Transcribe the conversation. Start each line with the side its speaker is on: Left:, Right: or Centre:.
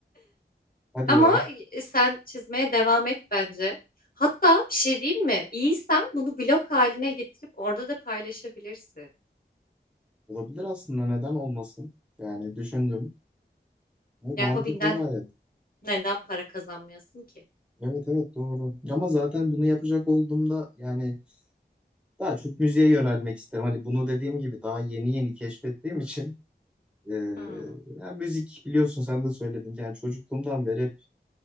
Centre: Hadi
Left: Ama
Centre: ya.
Left: e, sen çizmeye devam et bence. Hatta bir şey diyeyim mi? İyiysen bunu blog haline getirip orada da paylaşabilirsin.
Centre: Olabilir aslında neden olmasın? Yani düşündüm. E, mantıklı
Left: Yani hobinden
Centre: gayet.
Left: neden para kazanmayasın ki?
Centre: Evet evet doğru. Ama zaten bunu yapacak olduğumda yani daha çok müziğe yönelmek isterim. Hani bunu dediğim gibi daha yeni yeni keşfettiğim için e,
Left: Hmm.
Centre: yani müzik biliyorsun sen de söyledin. Yani çocukluğumdan beri hep